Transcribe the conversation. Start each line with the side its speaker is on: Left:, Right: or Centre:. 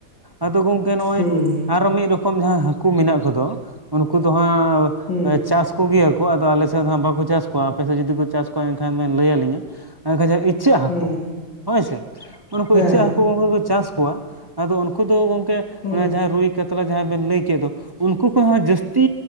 Right: ᱟᱫᱚ ᱜᱚᱝᱠᱮ ᱱᱚᱜᱼᱚᱭ
Left: ᱦᱩᱸ
Right: ᱟᱨᱦᱚᱸ ᱢᱤᱫ ᱨᱚᱠᱚᱢ ᱡᱟᱦᱟᱸ ᱦᱟᱹᱠᱩ ᱢᱮᱱᱟᱜ ᱩᱱᱠᱩ ᱫᱚ ᱩᱱᱠᱩ ᱫᱚ ᱦᱟᱸᱜᱻ
Left: ᱦᱩᱸ
Right: ᱪᱟᱥ ᱠᱚ ᱜᱮᱭᱟᱠᱚ ᱟᱫᱚ ᱟᱞᱮ ᱥᱮᱫ ᱫᱚ ᱦᱟᱸᱜ ᱵᱟᱠᱚ ᱪᱟᱥ ᱠᱚᱣᱟ ᱟᱯᱮ ᱥᱮᱫ ᱡᱩᱫᱤ ᱠᱚ ᱪᱟᱥ ᱠᱚᱣᱟ ᱮᱱᱠᱷᱟᱱ ᱵᱮᱱ ᱞᱟᱹᱭ ᱟᱹᱞᱤᱧᱟ ᱮᱱᱠᱷᱟᱱ ᱡᱟᱦᱟᱸ ᱤᱪᱟᱹᱜ ᱦᱟᱹᱠᱩ
Left: ᱦᱩᱸ
Right: ᱦᱚᱭ ᱥᱮ ᱩᱱᱠᱩ
Left: ᱦᱮᱸ
Right: ᱤᱪᱟᱹᱜ ᱦᱟᱹᱠᱩ ᱩᱱᱠᱩ ᱜᱚᱢᱠᱮ ᱠᱚ ᱪᱟᱥ ᱠᱚᱣᱟ ᱟᱫᱚ ᱩᱱᱠᱩ ᱫᱚ ᱜᱚᱝᱠᱮ
Left: ᱦᱩᱸ
Right: ᱡᱟᱦᱟᱸᱭ ᱨᱩᱭ ᱠᱟᱛᱞᱟ ᱡᱟᱦᱟᱸᱭ ᱵᱮᱱ ᱞᱟᱹᱭ ᱠᱮᱜ ᱫᱚ ᱩᱱᱠᱩ ᱠᱷᱚᱜ ᱦᱚᱸ ᱡᱟᱹᱥᱛᱤ